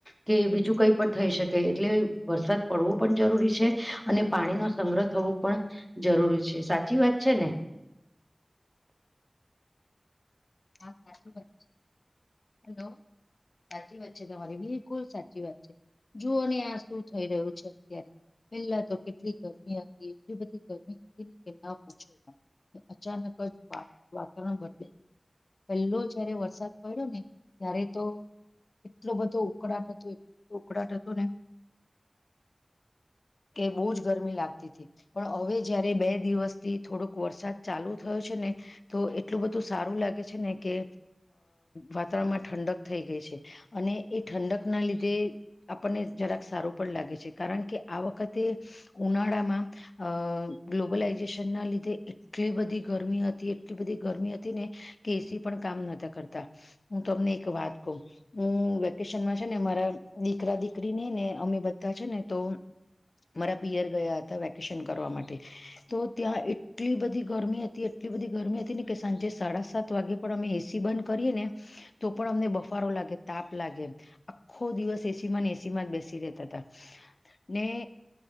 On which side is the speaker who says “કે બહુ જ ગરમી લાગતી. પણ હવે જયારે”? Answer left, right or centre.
Left